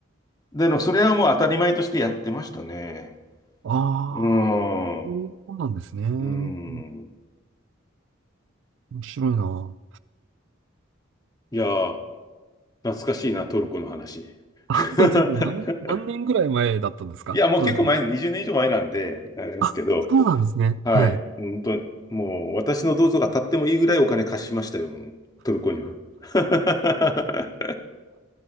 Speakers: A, on the left (about 20°); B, on the right (about 65°).
A: でも、それはもう当たり前としてやってましたね。
B: ああ、
A: うーん、
B: そうなんですね。
A: う
B: うん
A: ーん。
B: 面白いな。
A: いやー、懐かしいな、トルコの話。
B: あ、
A: <laughs>
B: 本当ですか何、何年ぐらい前だったんですかトルコに。
A: いや、もう結構前、20年以上前なんで、あれですけど、
B: あ、そうなんですね。
A: はい。
B: はい。
A: 本当にもう私の銅像が立ってもいいぐらいお金貸しましたよ、もう、トルコには。<laughs>